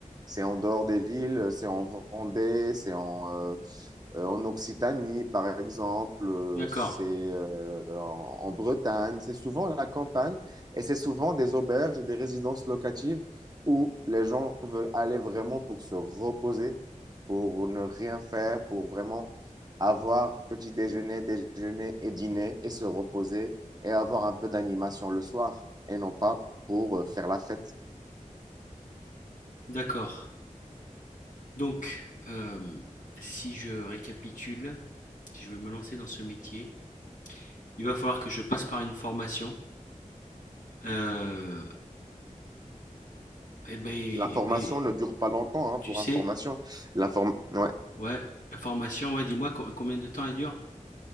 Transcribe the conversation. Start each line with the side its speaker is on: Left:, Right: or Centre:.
Right: C'est en dehors des villes, c'est en Vendée, c'est en, euh, euh, en Occitanie, par exemple, euh,
Left: D'accord,
Right: c'est euh, en, en Bretagne. C'est souvent la campagne et c'est souvent des auberges ou des résidences locatives où les gens veulent aller vraiment pour se reposer, pour ne rien faire, pour vraiment avoir petit déjeuner, déjeuner et dîner et se reposer et avoir un peu d'animation le soir et non pas pour euh, faire la fête.
Left: d'accord. Donc, euh, si je récapitule, si je veux me lancer dans ce métier, il va falloir que je passe par une formation. Euh, Eh ben,
Right: La formation
Left: eh ben,
Right: ne dure pas longtemps hein,
Left: tu
Right: pour
Left: sais,
Right: information. La form- ouais.
Left: ouais, la formation, ouais, dis-moi co- combien de temps elle dure?